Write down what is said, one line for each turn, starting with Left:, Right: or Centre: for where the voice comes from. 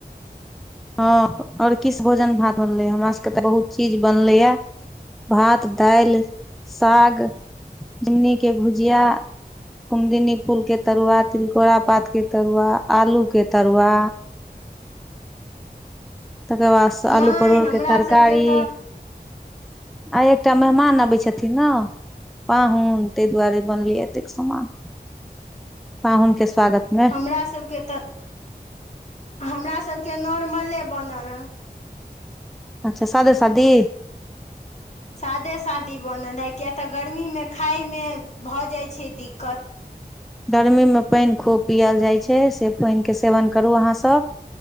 Centre: हँ और कि सब भोजन भात बनलै ये, हमरा सबके तऽ बहुत चीज बनलै या। भात दालि साग, झिमनी के भुजिया कुमदनी फूल के तरुआ, तिलकोरा पात के तरुआ, आलू के तरुआ तकर बाद से आलू
Left: नहि
Centre: परोड़के
Left: हमरा
Centre: तरकारी,
Left: सबके तऽ
Centre: आई एकटा मेहमान अबै छथिन ने। पाहुन, तै दुआरे बनलैए एतेक समान, पाहुन के स्वागत मे
Left: हमरासबके तऽ, हमरासबके नॉर्मले बनल हँ।
Centre: अच्छा सादे सादी।
Left: सादे सादी बनल हे, किये तऽ गर्मीमे खायमे भऽ जाय छै दिक्कत।
Centre: गर्मीमे पानि खूब पियल जाइत छै से पानिके सेवन करू अहाँसभ।